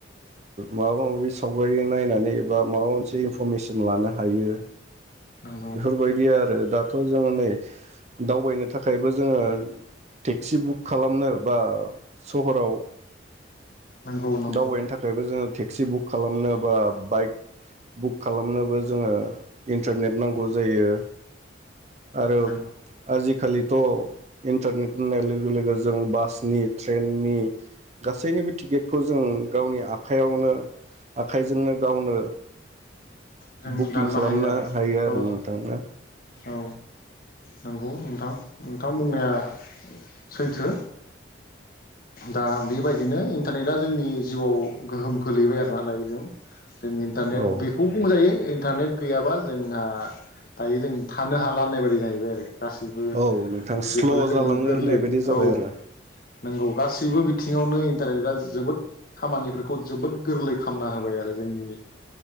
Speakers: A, on the right (about 35°); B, on the left (about 50°).
A: माबा - माबि सावगारि नायनानै बबा माबा मोनसे इनफरमेसन लानो हायो
B: नंगौ
A: बेफोरबायदि आरो दा खौ जोङो नै दावबायनो थाखायबो जोङो टेक्सि बुक खालामनो बा सहराव
B: नंगौ नंगौ
A: दावबायनो थाखायबो जोङो टेक्सि बुक खालामनो बा बाइक बुक खालामनोबो जोङो इन्टारनेट नांगौ जायो आरो
B: नंगौ
A: आजि खालिथ' इन्टारनेट होननाय लोगो लोगो जों बासनि ट्रेननि गासैनिबो टिकेटखौ जों गावनि आखायावनो आखाइजोंनो गावनो
B: जों
A: बुकिं
B: दाननो
A: खालामनो
B: हायो आरो
A: हायो आरो
B: औ
A: नोंथां ना
B: औ नंगौ नोंथां नोंथां बुंनाया सैथो दा बेबायदिनो इन्टारनेटआ जोंनि जिउआव गोहोम गोलैबाय आरो ना दायोजों जोंनि इन्टारनेट
A: औ
B: बि दायो इन्टारनेट गैयाबा जोंहा दायो जों थानो हाला नाय बाददि जाहैबाय आरो गासैबो
A: औ नोंथां
B: बेफोरो
A: स्ल'
B: जोंनो
A: जालाङो
B: गोरलै
A: होननाय बायदि जाबाय
B: औ
A: आरो
B: नंगौ गासैबो बिथिं सिङावनो इन्टारनेटआ जोबोद खामानिफोरखौ जोबोद गोरलै खालामना होबाय आरो जोंनि